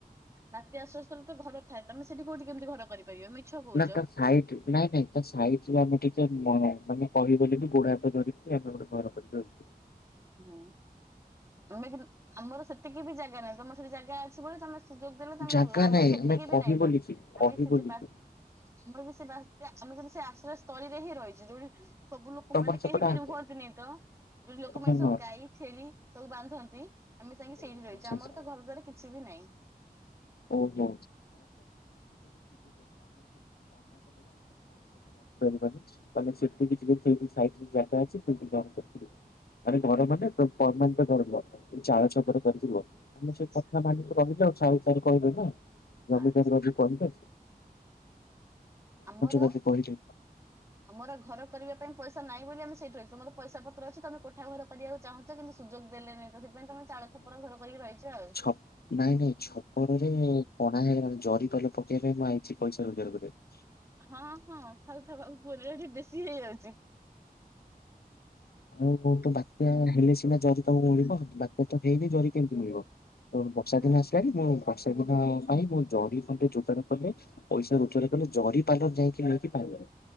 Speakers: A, on the right; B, on the left.
A: ବାତ୍ୟା ଆଶ୍ରୟସ୍ଥଳୀ ରେ ତ ଘର ଥାଏ ତମେ ସେଠି କୋଉଠି କେମିତି ଘର କରିପାରିବ। କହୁଛ।
B: ନା ତା ସାଇ ନାଇଁ ନାଇଁ ତା ସାଇଟ ଆମେ ଟିକେ ମାନେ କରିବ ବୋଲି ଗୋଡା ହାତ ଧରିବୁ। <inaudible>
A: ହୁଁ ଆମେ ଆମର ସେତିକି ବି ଜାଗା ନାହିଁ ତମର ସେଠି ଜାଗା ଅଛି ବୋଲି ତମେ ସୁଯୋଗ ଦେଲେ ତମେ
B: ଜାଗା
A: ଧରିଲ ଆମର
B: ନାହିଁ
A: ସେତିକି
B: ଆମେ
A: ବି
B: କହିବୁ
A: ନାଇଁ ତ
B: ଲିପି କହିବୁ
A: ଆମେ ସେ ଯଉ
B: ଲିପି
A: ହ ଆମର ବି ସେ ବାତ୍ୟା ବି ସେ ଆଶ୍ରୟ ସ୍ଥଳୀରେ ହିଁ ରହିଛ ଯୋଉଠି ସବୁ ଲୋକ
B: ତମର
A: ମାନେ
B: ସେପଟେ
A: କେହି
B: ଆଗ
A: ବି ରୁହନ୍ତିନି ତ ଯୋଠି ଲୋକମାନେ
B: ହଁ
A: ସବୁ
B: ହଁ
A: ଗାଈ ଛେଳି ସବୁ ବାନ୍ଧନ୍ତି ଆମେ ଯାଇକି ସେଇଠି
B: ଆଚ୍ଛା
A: ରହିଛୁ
B: ଆଚ୍ଛା
A: ଆମର ତ ଘର ଦ୍ୱାର କିଛି ବି ନାହିଁ।
B: ଓହୋ। <inaudible> ମାନେ ସେଠି ଜାଗା ଅଛି ସେଠି କରିଥିଲୁ। ଘର ମାନେ ପର୍ମାନେଣ୍ଟ୍ ଘର ନୁହ। ଚାଳ ଛପର କରିଛୁ ଆମେ
A: ଆଚ୍ଛା
B: ସେ କଥା ମାନି ରହିଛୁ ଚାଳ ଛପର କରିକି ରହିବା। ରଦି
A: ଆଚ୍ଛା।
B: ଟାଇପ୍ ର ଯୋଉ କରିବେ।
A: ଆମର
B: ବାବୁ କହିଲେ।
A: ଆମର ଘର କରିବା ପାଇଁ ପଇସା ନାହିଁ ବୋଲି ଆମେ ସେଇଠୁ ରହିଛୁ ତମର ପଇସା ପତ୍ର ଅଛି ତମେ କୋଠା ଘର କରିବାକୁ ଚାହୁଁଛ କିନ୍ତୁ ସୁଯୋଗ ଦେଲେନି। ଯୋଥିପାଇଁ ତମେ ଚାଳ ଛପର ଘର କରିକି ରହିଛ ଆଉ।
B: ଛ ନାଇଁ ନାଇଁ ଛପରରେ କଣା ହେଇଗଲାଣି ଜରିପାଲ ପକେଇବା ପାଇଁ ମୁଁ ଆଇଛି ପଇସା ରୋଜଗାର କରିବାକୁ।
A: ହଁ ହଁ ଥାଉ ଥାଉ ଆଉ କୁହନି ଏଟା ଟିକେ ବେଶୀ ହେଇଯାଉଛି।
B: ଆଉ ତ ବାତ୍ୟା ହେଲେ ସିନା ଜରି ତବୁ ମିଳିବ ବାତ୍ୟା ତ ହେଇନି ଜରି କେମିତି ମିଳିବ। ତ ବର୍ଷା
A: ହୁଁ
B: ଦିନ ଆସିଲାଣି ମୁଁ ବର୍ଷା ଦିନ ପାଇଁ ମୁଁ ଜରି ଖଣ୍ଡେ ଯୋଗାଡ଼ କରେ। ପଇସା ରୋଜଗାର କଲେ ଜରି ପାଲ ଯାଇକି ନେଇକି ପାରିବି।